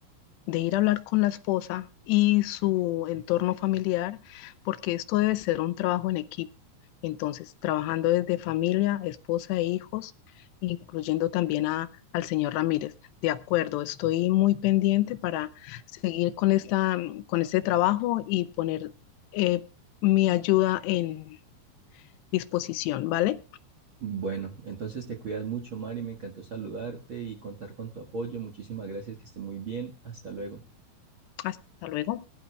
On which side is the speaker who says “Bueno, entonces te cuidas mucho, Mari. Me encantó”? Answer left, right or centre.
Right